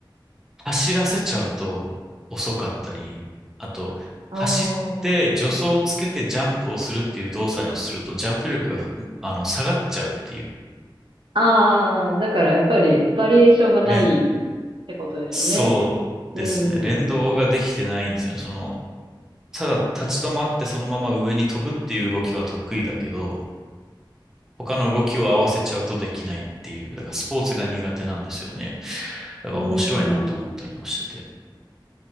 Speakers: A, in the centre; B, on the right.
A: 走らせちゃうと遅かったり、あと、
B: う
A: 走って助走をつけてジャンプをするっていう動作をすると、
B: ん。
A: ジャンプ力が、あの、下がっちゃうっていう、
B: ああ。ああ、だからやっぱりバリエーションがないっ
A: 連
B: てことですよね。
A: そうですね。
B: うん。
A: 連動ができてないんですよね。その、ただ立ち止まってそのまま上に飛ぶっていう動きは得意だけど、他の動きを合わせちゃうとできないっていう、だからスポーツが苦手なんですよね。だから面白いなと思ったりもしてて。
B: うん。